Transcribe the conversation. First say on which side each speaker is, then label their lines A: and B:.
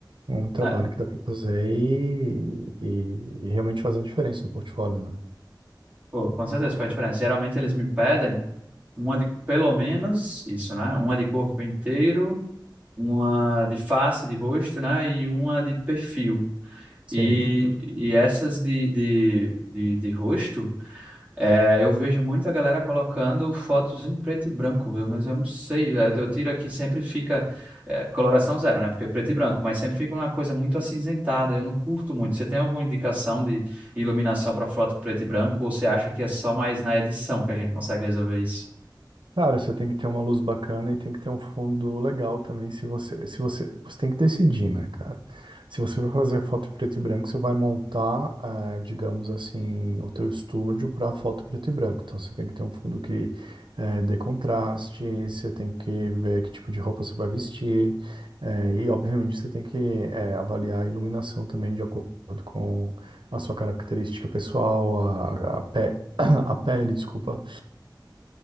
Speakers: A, on the right (about 80°); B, on the right (about 15°).
A: É Um trabalho
B: Ah,
A: que dá para fazer e, e, e realmente fazer a diferença no portfólio, né?
B: pô, com certeza faz diferença. Geralmente eles me pedem uma de pelo menos isso, né? Uma de corpo inteiro, uma de face, de rosto, né? E uma de perfil.
A: Sim,
B: E, e essas de, de, de, de rosto, é, eu vejo muito a galera colocando fotos em preto e branco, eu- mas eu não sei, eu, eu tiro aqui sempre fica é, coloração zero, né? Porque é preto e branco, mas sempre fica uma coisa muito acinzentada, eu não curto muito. Você tem alguma indicação de iluminação para foto preto e branco, ou você acha que é só mais na edição que a gente consegue resolver isso?
A: Cara, você tem que ter uma luz bacana e tem que ter um fundo legal também. Se você, se você, você tem que decidir, né, cara? Se você vai fazer foto preto e branco, você vai montar, eh, digamos assim, o teu estúdio para foto preto e branco. Então você tem que ter um fundo que eh, dê contraste, você tem que ver que tipo de roupa você vai vestir, eh, e obviamente você tem que eh, avaliar a iluminação também de acordo com a sua característica pessoal, a, a, pe- <clears throat> a pele, desculpa